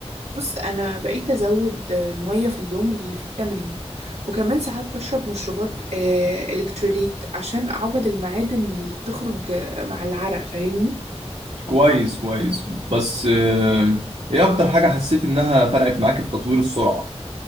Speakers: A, on the right; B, on the right.
A: بص انا بقيت ازود الميه في اليوم اللي في التمرين وكمان ساعات بشرب مشروبات آه، الكتروليت عشان اعوض المعادن اللي بتخرج آه، مع العرق فاهمني
B: كويس كويس بس آه، ايه اكتر حاجة حسيت انها فرقت معاك في تطوير السرعة